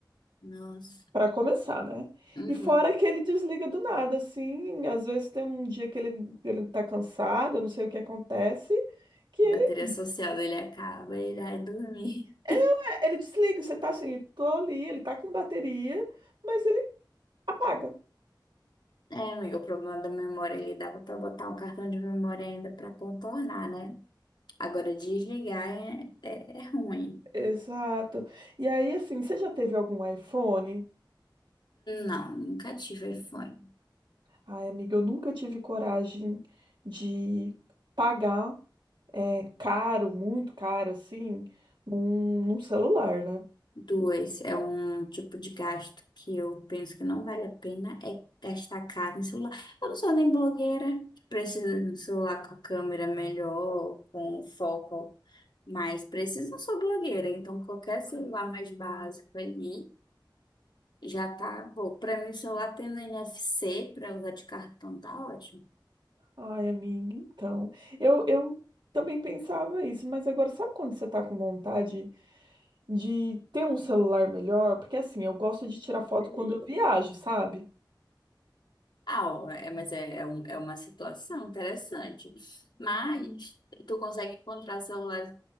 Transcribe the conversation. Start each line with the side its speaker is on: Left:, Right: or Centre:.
Left: Nossa.
Right: Pra começar, né?
Left: Uhum.
Right: E fora que ele desliga do nada, assim, às vezes tem um dia que ele, ele tá cansado, eu não sei o que acontece, que ele,
Left: Bateria social ele acaba, ele vai dormir.
Right: é, não, é, ele desliga, você tá assim, tô ali, ele tá com bateria, mas ele apaga.
Left: É, amiga, o problema da memória, ele dava pra botar um cartão de memória ainda pra contornar, né? Agora, desligar é, é, é ruim.
Right: Exato. E aí, assim, você já teve algum iPhone?
Left: Não, nunca tive iPhone.
Right: Ai, amiga, eu nunca tive coragem de pagar é, caro, muito caro, assim, num, num celular, né?
Left: Duas, é um tipo de gasto que eu penso que não vale a pena, é gastar caro no celular. Eu não sou nem blogueira, preciso de um celular com a câmera melhor, com um foco mais preciso, não sou blogueira, então qualquer celular mais básico ali. Já tá bom. Pra mim, o celular tendo NFC pra usar de cartão tá ótimo.
Right: Ai, amiga, então. Eu, eu também pensava isso, mas agora, sabe quando você tá com vontade de ter um celular melhor? Porque, assim, eu gosto de tirar foto
Left: Sim.
Right: quando eu viajo, sabe?
Left: Ah, ó, é, mas é, é, um- é uma situação interessante. Mas tu consegue encontrar celular.